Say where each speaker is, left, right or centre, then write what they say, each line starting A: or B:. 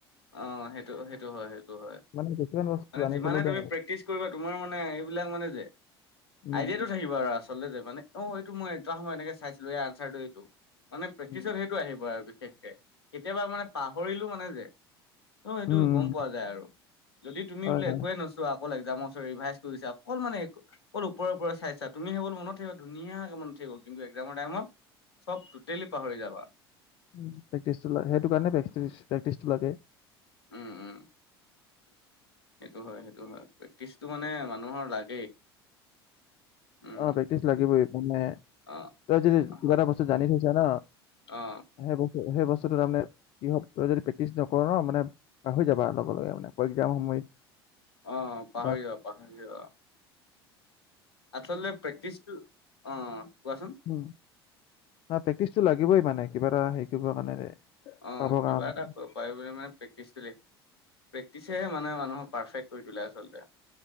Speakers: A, on the left; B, on the left.
A: অ সেইটো সেইটো হয় সেইটো হয়।
B: মানে কিছুমান বস্তু
A: মানে
B: জানি
A: যিমানে
B: থলো দে
A: তুমি প্ৰেক্টিচ কৰিবা তোমাৰ মানে এইবিলাক মানে যে
B: উম
A: আইডিয়াটো
B: উম
A: থাকিব আৰু আচলতে যে মানে অ এইটো মই এটা সময় এনেকে চাইছিলোঁ এই আনচাৰটো এইটো। মানে প্ৰেক্টিচত
B: উম
A: সেইটো আহিব আৰু বিশেষকে কেতিয়াবা মানে পাহৰিলোঁ মানে যে অ সেইটো
B: উম
A: গম
B: উম,
A: পোৱা যায় আৰু যদি তুমি
B: হয়
A: বোলে
B: হয়
A: একোৱে নছ তৱা অকল এক্সাম ৰিভাইজ কৰিছা অকল মানে একো অকল ওপৰে ওপৰে চাইছা তুমি সেইবল মনত থাকিব ধুনীয়াকে মনত থাকিব কিন্তু এক্সামৰ টাইমত চব টোটেলি পাহৰি যাবা।
B: উ প্ৰেকটিচটো সেইটো কাৰণে প্ৰেকটিচটো লাগে
A: উম উম সেইটো হয় সেইটো হয়। টিছটো মানে মানুহৰ লাগেই। উম
B: অ প্ৰেক্টিচ লাগিবই মানে
A: অ
B: তই যদি
A: অ
B: কিবা এটা বস্তু জানি থৈছ ন।
A: অ
B: সেই বস্তু সেই বস্তুটো তাৰমানে কি হয় তই যদি প্ৰেক্টিচ নকৰ ন মানে পাহৰি যাবা লগে লগে মানে আকৌ এক্সাম সময়ত
A: অ পাহৰি
B: বা
A: যোৱা পাহৰি যোৱা। আচলতে প্ৰেক্টিচটো অ কোৱাচোন?
B: উ প্ৰেক্টিচটো লাগিবই মানে কিবা এটা হেৰি কৰিব কাৰণে।
A: অ
B: পাবৰ
A: কিবা
B: কাৰণে
A: এটা ক পাৰি গ'লে মানে প্ৰেক্টিচটো প্ৰেক্টিচেহে মানে মানুহক পাৰফেক্ট কৰি তোলে আচলতে।